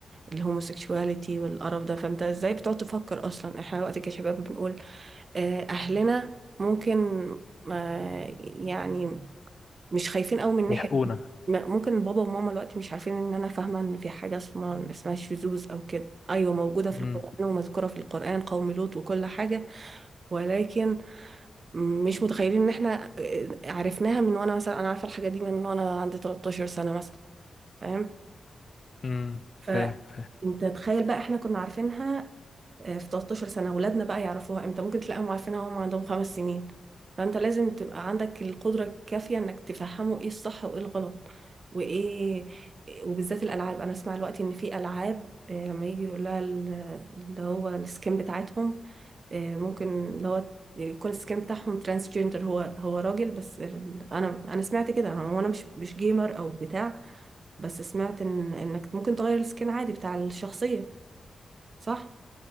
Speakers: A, on the right; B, on the left.
A: الهوموسيكشواليتي والقرف ده فانت ازاي بتقعد تفكر اصلا احنا دلوقتي كشباب بنقول آه، أهلنا ممكن ما يعني مش خايفين قوي من
B: يحقونا
A: ناحية ما- ممكن بابا وماما دلوقتي مش عارفين إن أنا فاهمة إن في حاجة اسمها اسمها شذوذ أو كده أيوة موجودة في
B: امم
A: القرآن ومذكورة في القرآن قوم لوط وكل حاجة ولكن مش متخيلين إن إحنا آه، عرفناها من وأنا مثلا أنا عارفة الحاجة دي من وأنا عندي 13 سنة مثلا فاهم؟
B: امم
A: ف
B: فاهم
A: انت تخيل بقى احنا كنا عارفينها آه، في 13 سنة ولادنا بقى يعرفوها امتى ممكن تلاقيهم عارفينها وهم عندهم خمس سنين فانت لازم تبقى عندك القدرة الكافية انك تفهموا ايه الصح وايه الغلط وايه وبالذات الالعاب انا اسمع الوقت ان في العاب آه، لما يجي يقول لها ال- اللي هو السكين بتاعتهم آه، ممكن اللي هو يكون السكين بتاعهم ترانس جندر هو هو راجل بس ال... انا انا سمعت كده انا وانا مش مش جيمر او بتاع بس سمعت ان انك ممكن تغير السكين عادي بتاع الشخصية صح